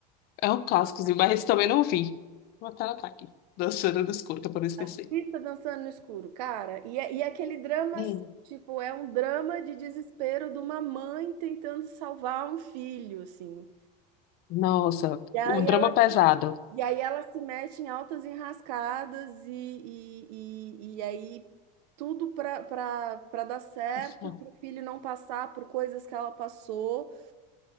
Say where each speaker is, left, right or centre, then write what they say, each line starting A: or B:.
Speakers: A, on the left (about 45°); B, on the right (about 75°).
A: É um clássicozinho, mas esse também não vi. Vou até anotar aqui. Dançando no escuro, que é pra não esquecer.
B: Assista Dançando no Escuro, cara. E é, e é aquele drama,
A: Hum,
B: tipo, é um drama de desespero de uma mãe tentando salvar um filho, assim.
A: nossa,
B: E aí
A: o drama
B: ela,
A: pesado.
B: e aí ela se mete em altas enrascadas e, e, e, e aí tudo para para dar certo,
A: Nossa,
B: para o filho não passar por coisas que ela passou.